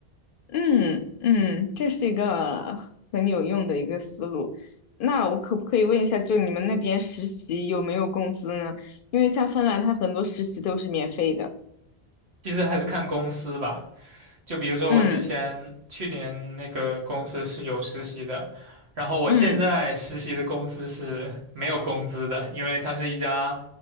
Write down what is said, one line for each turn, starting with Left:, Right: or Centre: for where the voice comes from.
Left: 嗯嗯，这是一个很有用的一个思路。那我可不可以问一下，就你们那边实习有没有工资呢？因为像芬兰，它很多实习都是免费的。
Right: 其实还是看公司吧。就比如说我之前去年那个公司是有实习的，
Left: 嗯
Right: 然后我现在实习的公司是没有工资的，
Left: 嗯。
Right: 因为它是一家